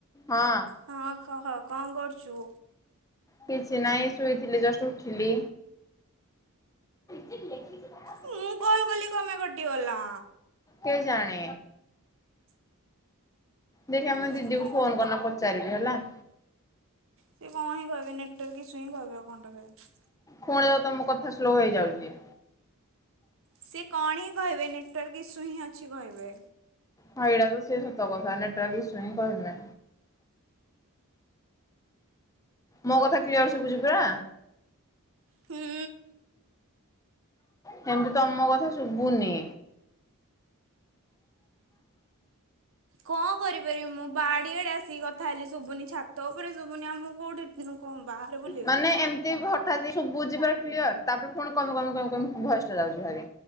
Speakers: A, on the left; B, on the right.
A: ହଁ।
B: ହଁ କହ କଣ କରୁଚୁ?
A: କିଛି ନାହିଁ ଶୋଇଥିଲି ଜଷ୍ଟ ଉଠିଲି। ଲେଖିଛି ପା।
B: ମୁଁ କଲ୍ କଲି କଣ ପାଇଁ କଟିଗଲା।
A: କେ ଜାଣି। ଦେଖିବା ମୁଁ
B: ବେକାର
A: ଦିଦିକୁ ଫୋନ କରିନ ପଚାରିବି ହେଲା।
B: ସେ କଣ ହିଁ କହିବେ ନେଟ୍‌ୱାର୍କ ଇସୁ ହିଁ କହିବେ ଆଉ କଣଟେ କହିବେ।
A: ପୁଣି ତମ କଥା ସ୍ଲୋ ହେଇଯାଉଛି।
B: ସିଏ କଣ ହିଁ କହିବେନି ନେଟୱାର୍କ ଇସୁ ହିଁ ଅଛି କହିବେ।
A: ହଁ ଏଇଟା ତ ସେ ସତ କଥା ନେଟୱର୍କ ଇସୁ ହିଁ କହିବେ। ମୋ କଥା କ୍ଲିଅର୍ ସୁବୁଛି ପୁରା।
B: ହୁଁ।
A: ସେମିତି ତମ କଥା ଶୁଭୁନି।
B: କଣ କରିପାରିବି ମୁଁ ବାଡିଆଡେ ଆସିକି କଥା ହେଲି ଶୁଭୁନି ଛାତ ଉପରେ ଶୁଭୁନି ଆମ୍ କୋଉଠି ଦିନୁ କଣ ବାହାରେ ବୁଲିବେ।
A: ମାନେ ଏମିତି ଭ <unintelligible> ଶୁବୁଚି <unintelligible> କ୍ଲିୟର ତାପରେ ପୁଣି କମି କମି କମି କମି ଭୟଷ୍ଟା ଯାଉଚି ଭାରି